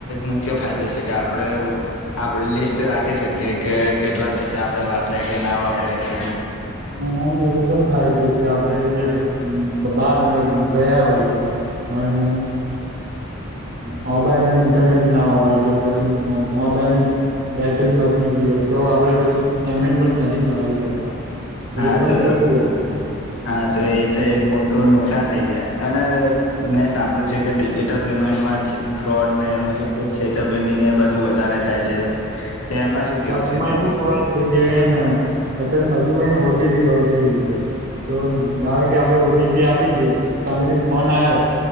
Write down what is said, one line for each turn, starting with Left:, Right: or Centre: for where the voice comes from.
Left: મુખ્ય ફાયદો છે કે આપડ આપ લિસ્ટ રાખી શકીએ કે કેટલા પૈસા આપડે વાપર્યા કે ના વાપર્યા કે.
Right: એનામાં એવું પણ થાય છે કે આપડે ક્યાક બા ના ગયા હોય અને મોબાઈલ ન ઇન્ટરનેટ ના હોય કે પછી મોબાઈલની બેટરીંગ બી ગયયો હો તો આપડે કશું પેમેન્ટ પણ નથી કરીી શકતા.
Left: હા
Right: એ પણ
Left: તો
Right: થતું હોત છે.
Left: હા તો એ તો એક મોટું નુકસાન થઈ જાય અને મેં સાંભળ્યું છે કે ડિજિટલ પેમેન્ટમાં ફ્રોડ ને મતલબ કે છેતરપિંડી ને બધું વધારે થાય છે તો એમાં શું કેવું
Right: હ
Left: છે
Right: એમાં
Left: તમારે
Right: એવું જ હોય છે કે એને અતંત બુ હોને ઓટીપી વાળુ થઈ ગયું છે. તો ધારો કે આપડે ઓટીપી આપી દઈએ સામેથી ફોન આવ્યો